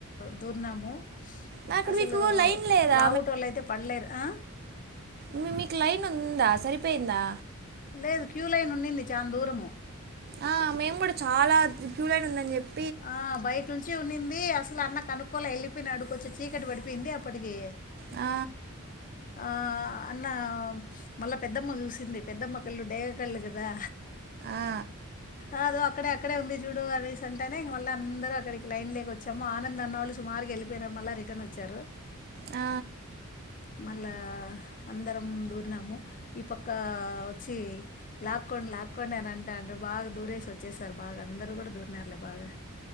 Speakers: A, on the left (about 40°); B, on the right (about 45°).
A: దూర్నాము
B: మరి అక్కడ
A: అసలు
B: మీకు లైన్ లేదా
A: లావుటోలైతే పడలేరు అ
B: మి మీకు లైన్ ఊందా సరిపోయిందా
A: లేదు క్యూ లైన్ ఉండింది చాన దూరము
B: ఆ, మేము గూడ చాలా క్యూలైన్ ఉందని చెప్
A: ఆ బయట నుంచి ఉన్నింది అసలు అన్న కను క్కొలె ఎళ్ళిపోయినాడు కొంచం చీకటి పడిపోయింది అప్పటికి
B: ఆ
A: ఆఅ అన్న మళ్ళా పెద్దమ్మ చూసింది పెద్దమ్మ కళ్ళు డేగ కళ్ళు గదా
B: ఆ,
A: కదు అక్కడే అక్కడే ఉంది చూడు అనేసి అంటేనే ఇంగ మళ్ళ అందరూ అక్కడికి లైన్ లేకోచ్చేమొ ఆనంద్ అన్నొళ్ళు సుమారుగేళ్ ళ్ళిపోయిన మళ్ళ రిటర్న్ ఒచ్చారు
B: ఆ
A: మళ్ళా అందరం దూరినాము ఈ పక్క ఒచ్చి లాక్కోం లాక్కోండి అని అంటాన్రు బాగా దూరేసి వచ్చేసారు బాగా అందరూ గూడా దూరినార్లే బాగా